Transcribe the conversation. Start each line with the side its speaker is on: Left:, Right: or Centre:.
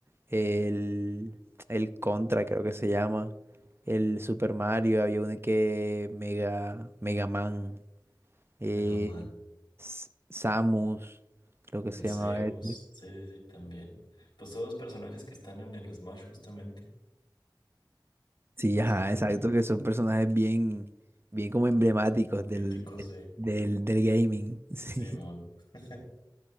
Right: el, el Contra creo que se llama, el Super Mario, había uno que Mega, Mega Man, eh,
Left: Mega Man.
Right: S- Samus, creo que se
Left: El Zeus.
Right: llamaba este.
Left: Sí, sí, sí, también. Pues todos los personajes que están en el Smash, justamente.
Right: Sí,
Left: Así
Right: ajá,
Left: también.
Right: exacto, que son personajes bien, bien como emblemáticos del,
Left: Míticos
Right: del,
Left: de
Right: del del gaming. <laughs> Sí.
Left: Simón. <laughs>